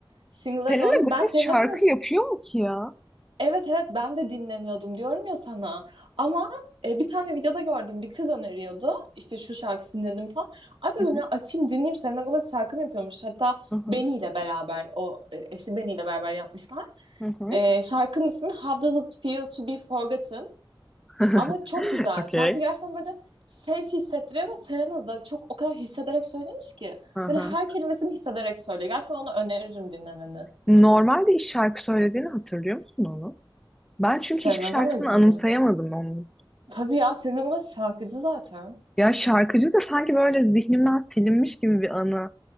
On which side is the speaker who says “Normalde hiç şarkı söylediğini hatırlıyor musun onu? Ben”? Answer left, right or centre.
Centre